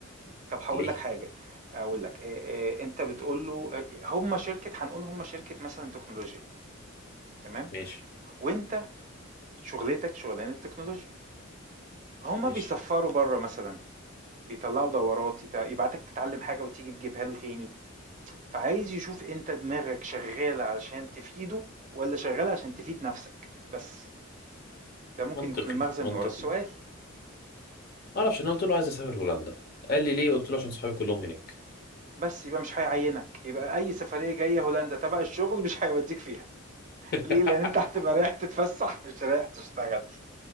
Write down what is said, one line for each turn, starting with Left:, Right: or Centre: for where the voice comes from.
Right: طب هاقول
Left: ليه
Right: لك حاجة، أقول لك آآ أنت بتقول له أ هم شركة هنقول هم شركة مثلًا تكنولوجيا تمام،
Left: ماشي
Right: وأنت شُغلتك شُغلانة تكنولوجيا، هم
Left: ماشي
Right: بيسفّروا برّه مثلًا، بيطلّعوا دورات، يط يبعتك تتعلّم حاجة وتيجي تجيبها له تاني. فعايز يشوف انت دماغك شغالة عشان تفيده ولا شغالة عشان تفيد نفسك بس ده ممكن
Left: منطقي
Right: يكون المغزى
Left: منطقي
Right: من ورا السؤال
Left: ما اعرفش انا قلت له عايز اسافر هولندا قال لي ليه قلت له عشان صحابي كلهم هناك
Right: بس يبقى مش هيعينك يبقى اي سفرية جاية هولندا تبع الشغل مش هيوديك فيها
Left: <laughs>
Right: ليه لان انت هتبقى رايح تتفسح مش رايح تشتغل